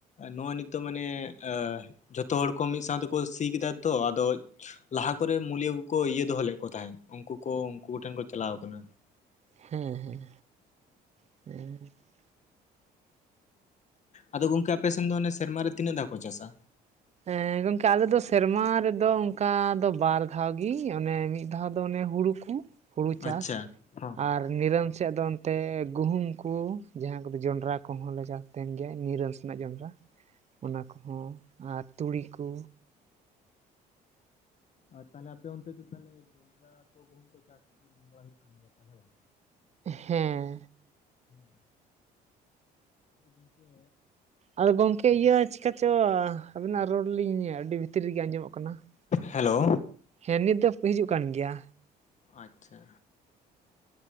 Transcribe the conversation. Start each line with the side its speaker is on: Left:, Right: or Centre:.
Left: ᱱᱚᱜᱼᱚᱭ ᱱᱤᱛᱚᱜ ᱢᱟᱱᱮ ᱮᱸ ᱡᱷᱚᱛᱚ ᱦᱚᱲ ᱠᱚ ᱢᱤᱫ ᱥᱟᱶ ᱛᱮᱠᱚ ᱥᱤ ᱠᱮᱫᱟ ᱛᱚ ᱟᱫᱚ ᱞᱟᱦᱟ ᱠᱚᱨᱮ ᱢᱩᱞᱤᱭᱟᱹ ᱠᱚᱠᱚ ᱤᱭᱟᱹ ᱫᱚᱦᱚ ᱞᱮᱫ ᱠᱚ ᱛᱟᱦᱮᱸᱫ ᱩᱱᱠᱩ ᱠᱚ ᱩᱱᱠᱩ ᱠᱚᱴᱷᱮᱱ ᱠᱚ ᱪᱟᱞᱟᱣ ᱠᱟᱱᱟ᱾
Right: ᱦᱮᱸ ᱦᱮᱸ᱾ <unintelligible>
Left: ᱟᱫᱚ ᱜᱚᱝᱠᱮ ᱟᱯᱮ ᱥᱮᱱ ᱫᱚ ᱥᱮᱨᱢᱟ ᱨᱮ ᱛᱤᱱᱟᱹᱜ ᱫᱷᱟᱣ ᱠᱚ ᱪᱟᱥᱟ?
Right: ᱦᱮᱸ ᱜᱚᱝᱠᱮ ᱟᱞᱮ ᱫᱚ ᱥᱮᱨᱢᱟ ᱨᱮᱫᱚ ᱚᱱᱠᱟ ᱫᱚ ᱵᱟᱨ ᱫᱷᱟᱣ ᱜᱮ ᱚᱱᱮ ᱢᱤᱫ ᱫᱷᱟᱣ ᱫᱚ ᱚᱱᱮ ᱦᱩᱲᱩ ᱠᱩ ᱦᱩᱲᱩ ᱪᱟᱥ,
Left: ᱟᱪᱪᱷᱟ ᱦᱚᱸ
Right: ᱟᱨ ᱱᱤᱨᱚᱱ ᱥᱮᱫ ᱫᱚ ᱚᱱᱛᱮ ᱜᱩᱦᱩᱢ ᱠᱩ ᱡᱟᱦᱟᱸ ᱠᱚᱫᱚ ᱡᱚᱱᱰᱨᱟ ᱠᱚᱦᱚᱸ ᱞᱮ ᱪᱟᱥ, ᱛᱟᱦᱮᱱ ᱜᱮᱭᱟ ᱱᱤᱨᱟᱹᱱ ᱥᱮᱱᱟᱜ ᱡᱚᱱᱰᱨᱟ ᱚᱱᱟ ᱠᱚᱦᱚᱸ ᱟᱨ ᱛᱩᱲᱤ ᱠᱩ,
Left: ᱟᱨ ᱛᱟᱦᱚᱞᱮ ᱟᱯᱮ ᱚᱱᱛᱮ ᱫᱚ ᱛᱟᱦᱚᱞᱮ ᱡᱚᱱᱰᱨᱟ ᱠᱚ, ᱜᱩᱦᱩᱢ ᱠᱚ ᱪᱟᱥ ᱵᱟᱲᱟ ᱦᱩᱭᱩᱜ ᱠᱟᱱ ᱛᱟᱦᱚᱞᱮ ᱵᱟᱝ?
Right: ᱦᱮᱸ᱾
Left: ᱦᱩᱸ ᱟᱫᱚ ᱜᱚᱝᱠᱮ
Right: ᱟᱫᱚ ᱜᱚᱢᱠᱮ ᱤᱭᱟᱹ ᱪᱤᱠᱟ ᱪᱚ ᱟᱵᱤᱱᱟᱜ ᱨᱚᱲ ᱞᱤᱧ ᱟᱹᱰᱤ ᱵᱷᱤᱛᱤᱨ ᱨᱮᱜᱮ ᱟᱸᱡᱚᱢᱚᱜ ᱠᱟᱱᱟᱢ ᱠᱟᱱᱟ ᱾
Left: ᱦᱮᱞᱳ᱾
Right: ᱦᱮᱸ ᱱᱤᱛ ᱫᱚ‌ ᱠᱩ ᱦᱤᱡᱩᱜ ᱠᱟᱱ ᱷᱮᱭᱟ᱾
Left: ᱟᱪᱪᱷᱟ᱾